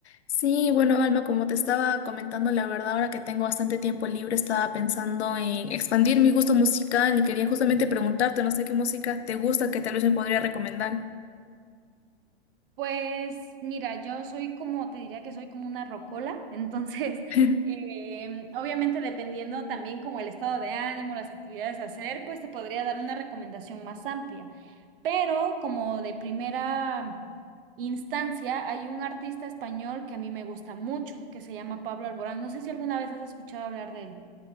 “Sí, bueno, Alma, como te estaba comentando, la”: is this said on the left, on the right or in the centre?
Left